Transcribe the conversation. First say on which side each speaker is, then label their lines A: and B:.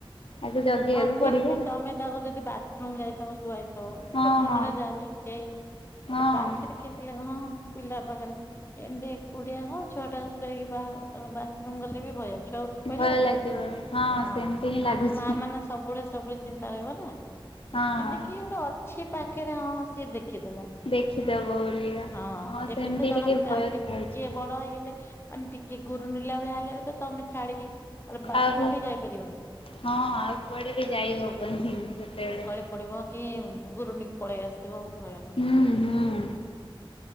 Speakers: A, on the left; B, on the left.
A: ଆକୁ ଜଗିବାକୁ
B: ହଁ ଫିର
A: ପଡିବ
B: ବି ତମେ ତାକୁ ଯଦି ବାଥରୁମ ଯାଇଥିବ ଶୁଆଇଥିବ ଗୋଟେ
A: ଆଉ
B: ମନରେ
A: ହଁ
B: ଯାହାଲେ କେହି ଗୋଟେ
A: ହଁ
B: ପାଖରେ
A: ହଁ
B: କେ ଥିଲେ କଣ ହ ପିଲା ପାଖରେ ଏମତି କୁଡିଆ କଣ ଛଅଟାକୁସଇକି ବା ବାଥରୁମ୍ ଗଲେ ବି ଭୟ ଅଛି। ଚଉଠି ପହିଲା
A: ଭୟ
B: ହେ
A: ଲାଗିବ
B: ହଁ
A: ସେମିତି ହିଁ ଲାଗୁଛି
B: ଆମ ମା ମାନେ ସବୁବେଳେ ସବୁବେଳେ ଚିନ୍ତା ରହିବ ନା
A: ହଁ
B: ଏମିତି କି ଗୋଟେ ଅଛି ପାଖରେ ହଁ ସିଏ ଦେଖ ଦେଖି ଦେଲା।
A: ଦେଖିଦବ ବୋଲିଆ
B: ହଁ
A: ସେମିତି
B: ଏବେ ତ ଜଣା
A: ଟିକେ
B: ପଡନି
A: ଭୟ
B: ଆଉ ଟିକେ
A: ଥାଉଛି
B: ବଡ ହେଇଗଲେ ମାନେ ଟିକେ ଗୁରୁ ଗୁରିଣ୍ଡିଲା ଭଳିଆ ହେଲେ ତ ତମେ ଛାଡିକି ବାଥରୁମ
A: ଆହୁ
B: ବି ଯାଇପାରିବନି।
A: ହଁ ଆଉ କୁଆଡେ ବି ଯାଇ ହବନି ସେତେବେଳେ
B: ଗଳି ପଡିବ କି ଗୁରୁଣ୍ଡିକ ପଳେଇ ଆସିବ। ଭୟ ନୁଁ।
A: ହୁଁ ହୁଁ।